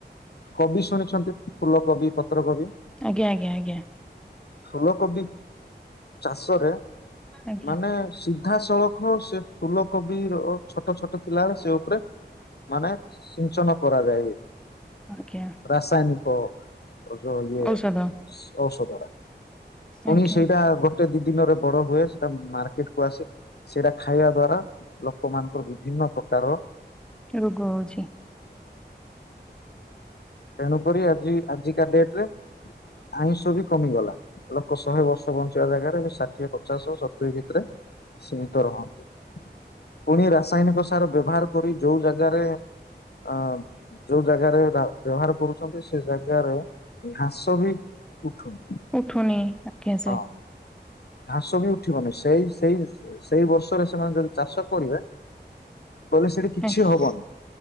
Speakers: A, on the left (about 65°); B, in the centre.
A: କୋବି ଶୁଣିଛନ୍ତି ଫୁଲ କୋବି ପତ୍ର କୋବି।
B: ଆଜ୍ଞା ଆଜ୍ଞା ଆଜ୍ଞା।
A: ଫୁଲକୋବି ଚାଷରେ
B: ଆଜ୍ଞା।
A: ମାନେ ସି ଧା ସଳଖ ସେ ଫୁଲ କୋବି ର ଛୋଟ ଛୋଟ ଥିଲା ବେଳେ ସେ ଉପରେ। ମାନେ ସିଞ୍ଚନ କରାଯାଏ।
B: ଆଜ୍ଞା
A: ରାସାୟନିକ ଯୋଉ ଇଏ
B: ଔଷଧ
A: ଔଷଧ। ପୁଣି
B: ଆଜ୍ଞା
A: ସେଇଟା ଗୋଟେ ଦି ଦିନରେ ବଡ ହୁଏ ସେଟା ମାର୍କେଟ କୁ ଆସେ। ସେଇଟା ଖାଇବା ଦ୍ଵାରା ଲୋକ ମାନଙ୍କର ବିଭିନ୍ନ ପ୍ରକାରର।
B: ରୋଗ ହଉଛି।
A: ତେଣୁକରି ଆଜି ଆଜି କା ଡେଟ୍ ରେ। ଆଇଁଷ ବି କମିଗଲା ଲୋକ ଶହେ ବର୍ଷ ବଞ୍ଚିବା ଜାଗାରେ ଏବେ। ଷାଠିଏ ପଚାଶ ଓ ସତୁରିୀ ଭିତରେ ସୀମିତ ରହନ୍ତି। ପୁଣି ରାସାୟନିକ ସାର ବ୍ୟବହାର କରି ଯୋଉ ଜାଗାରେ ଆଁ। ଯୋଉ ଜାଗାରେ ଘା ବ୍ୟବହାର କରୁଛନ୍ତି ସେ ଜାଗାରେ ଘାସ ବି ଉଠୁନି।
B: ଉଠୁନି ଆଜ୍ଞା ସାର୍।
A: ହଁ ଘାସ ବି ଉଠିବନି ସେଇ ସେଇ ସେଇ ବର୍ଷରେ ସେମାନେ ଯଦି ଚାଷ କରିବେ। କହିଲେ ସେଠି କିଛି
B: ଆଜ୍ଞା।
A: ହବନି